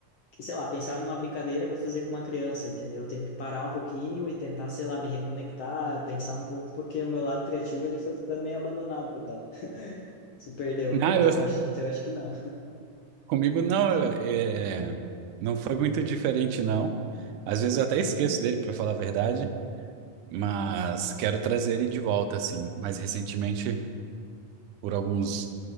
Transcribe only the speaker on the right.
Ah,
eu,
comigo não, é, não foi muito diferente não. Às vezes eu até esqueço dele, para falar a verdade, mas quero trazer ele de volta assim. Mais recentemente, por alguns